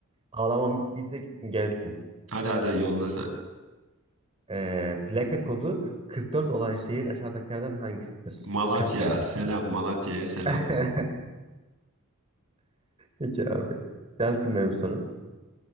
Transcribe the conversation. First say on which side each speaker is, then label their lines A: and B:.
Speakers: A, on the right; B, on the right.
A: Ağlamam bittiyse gelsin.
B: Hadi hadi yolla sen.
A: Ee, plaka kodu 44 olan şehir aşağıdakilerden hangisidir?
B: Malatya.
A: 44.
B: Selam Malatya'ya selam.
A: <laughs> Peki abi. Gelsin benim sorum.